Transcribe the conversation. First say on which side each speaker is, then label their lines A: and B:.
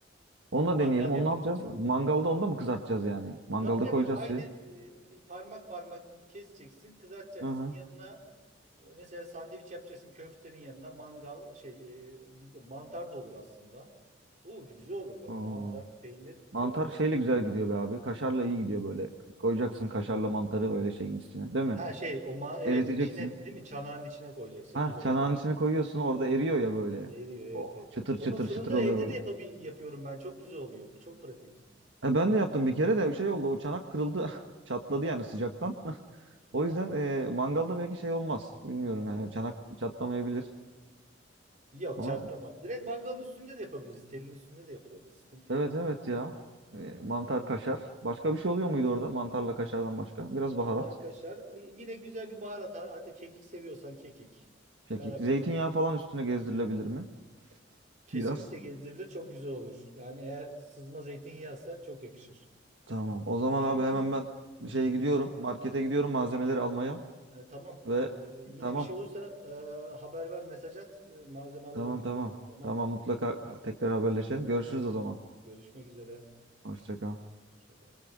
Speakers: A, on the right; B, on the right.
A: Onu
B: Mangal
A: da deneyelim. Onu
B: yapınca.
A: ne yapacağız? Mangalda onu da mı kızartacağız yani? Mangalda
B: Tabii tabii
A: koyacağız
B: aynı
A: şeyi.
B: e, parmak parmak keseceksin, kızartacaksın.
A: Hı hı.
B: Yanına e, mesela sandviç yapacaksın köftenin yanına mangal şey e, bir de mantar da olur aslında. Oo güzel olur bak
A: Oo.
B: mantar, peynir,
A: Mantar
B: köfte.
A: şeyle güzel gidiyor be abi. Kaşarla iyi gidiyor böyle. Koyacaksın kaşarla mantarı böyle şeyin içine, değil mi?
B: Ha şey o ma evet
A: Eriteceksin.
B: içine değil mi çanağın içine koyacaksın
A: Ha,
B: o zaman
A: çanağın
B: olur.
A: içine koyuyorsun. Orada eriyor ya böyle.
B: Eriyor evet
A: O
B: evet.
A: çıtır
B: Onu
A: çıtır
B: fırında
A: çıtır oluyor
B: evde
A: böyle.
B: de yapabil yapıyorum ben. Çok güzel oluyor. Çok pratik.
A: E, ben de yaptım bir kere de şey oldu. O çanak kırıldı. <laughs> Çatladı yani sıcaktan. O yüzden e, mangalda belki şey olmaz. Bilmiyorum yani çanak çatlamayabilir.
B: Yok
A: Ama
B: çatlamaz. Direkt mangalın üstünde de yapabiliriz. Telin üstünde de yapılabilir. Sıkıntı
A: Evet
B: yok.
A: evet ya. E, mantar, kaşar. Başka bir şey oluyor muydu orada? Mantarla kaşardan başka. Biraz
B: Mantar,
A: baharat.
B: kaşar. Yine güzel bir baharat. Hatta kekik seviyorsan kekik,
A: Kekik.
B: karabiber.
A: Zeytinyağı falan üstüne gezdirilebilir mi?
B: Kesinlikle
A: Biraz.
B: gezdirilir çok güzel olur. Yani eğer sızma zeytinyağısa çok yakışır.
A: Tamam. O zaman
B: Çünkü
A: abi hemen ben şeye gidiyorum.
B: Aha.
A: Markete gidiyorum malzemeleri almaya.
B: E, tamam.
A: Ve
B: E, yine
A: tamam.
B: bir şey olursa e, haber ver, mesaj at. E, malzeme alalım
A: Tamam
B: biz
A: tamam.
B: de. Tamam.
A: Tamam mutlaka tekrar haberleşelim. Görüşürüz o zaman.
B: Görüşmek üzere.
A: Hoşça kal.
B: Hoşça kal.